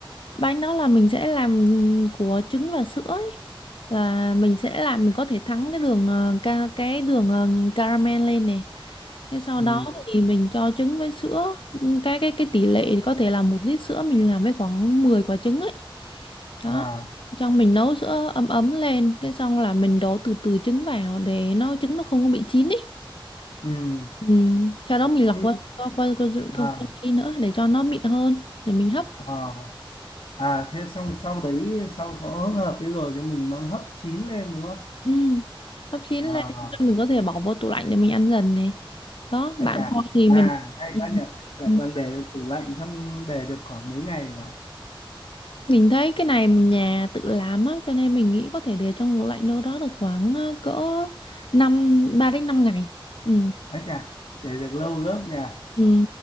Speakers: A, on the left (about 70°); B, on the left (about 80°).
A: bánh đó là mình sẽ làm của trứng và sữa ấy là mình sẽ làm mình có thể thắng cái đường ờ, ca- cái đường ờ, caramel lên này Thế sau
B: ừ.
A: đó thì mình cho trứng với sữa cái cái cái tỷ lệ thì có thể là một lít sữa mình làm với khoảng 10 quả trứng ấy đó
B: à
A: xong mình nấu sữa ấm ấm lên cái xong là mình đổ từ từ trứng vào để nó trứng nó không có bị chín ấy
B: ừ.
A: ừ. sau đó mình lọc
B: Thế-
A: qua qua qua qua, qua, qua, qua,
B: à
A: qua nữa để cho nó mịn hơn rồi mình hấp
B: à à thế xong sau đấy sau có hỗn hợp thế rồi thì mình mang hấp chín lên đúng không
A: Ừ. Hấp chín
B: à
A: lên xong mình có thể bỏ vô tủ lạnh để mình ăn dần này. Đó,
B: à
A: bạn
B: chà
A: thôi thì mình
B: à hay
A: Ừ.
B: quá nhỉ lại
A: Ừ.
B: còn để được tủ lạnh trong để được khoảng mấy ngày mà
A: mình thấy cái này mình nhà tự làm á cho nên mình nghĩ có thể để trong tủ lạnh đâu đó được khoảng ờ, cỡ năm 3 đến 5 ngày. Ừ.
B: à chà để được lâu gấp nhỉ
A: Ừ.